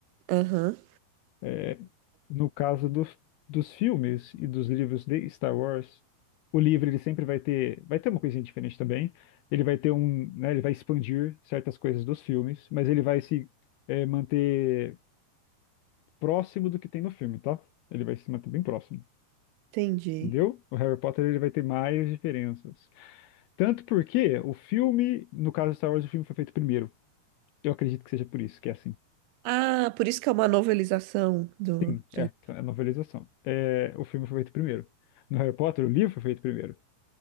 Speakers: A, on the right; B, on the left.
A: Aham,
B: É, No caso dos, dos filmes e dos livros de Star Wars, o livro ele sempre vai ter, vai ter uma coisinha diferente também. Ele vai ter um, né, ele vai expandir certas coisas dos filmes, mas ele vai se eh, manter próximo do que tem no filme, tá? Ele vai se manter bem próximo.
A: entendi.
B: Entendeu? O Harry Potter ele vai ter mais diferenças. Tanto porque o filme, no caso de Star Wars, o filme foi feito primeiro. Eu acredito que seja por isso, que é assim.
A: Ah, por isso que é uma novelização do,
B: Sim, é,
A: do...
B: é a novelização. É, o filme foi feito primeiro. No Harry Potter, o livro foi feito primeiro.